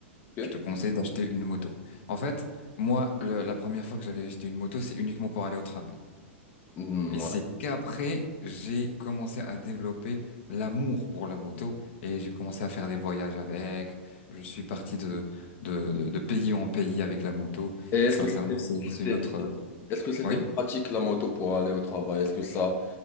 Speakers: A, on the left; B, on the left.
A: Ok.
B: Je te conseille d'acheter une moto. En fait, moi, le- la première fois que j'avais acheté une moto, c'est uniquement pour aller au travail.
A: Mm,
B: Et
A: ouais.
B: c'est qu'après, j'ai commencé à développer l'amour pour la moto et j'ai commencé à faire des voyages avec. Je suis parti de, de, de, de pays en pays avec la moto.
A: Et est-ce
B: Sincèrement,
A: que c'était,
B: c'est, c'est
A: c'était-
B: une autre... euh,
A: est-ce que c'était
B: Oui,
A: pratique la moto pour aller au travail? Est-ce que ça,